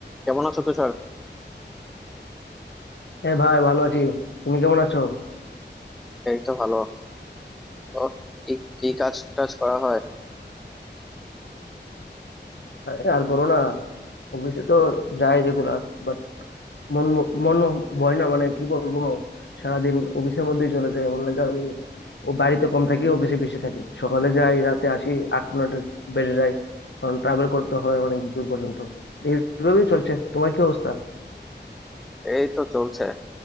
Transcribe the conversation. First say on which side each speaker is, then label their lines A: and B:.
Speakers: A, in the centre; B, on the left.
A: কেমন আছো তুষার
B: হ্যাঁ ভাই ভালো আছি তুমি কেমন আছো
A: এই তো ভালো ওর কি কি কাজ টাজ করা হয়
B: আরে আর বলো না অফিসে তো যাই রেগুলার বাট মন মন বয় না মানে কি বলবো সারাদিন অফিসের মধ্যেই চলে যায় এমন লাগে আমি ও বাড়িতে কম থাকি অফিসে বেশি থাকি সকালে যাই রাতে আসি আট নটা বেজে যায় কারণ ট্রাভেল করতে হয় অনেক দূর পর্যন্ত এইভাবেই চলছে তোমার কি অবস্থা
A: এই তো চলছে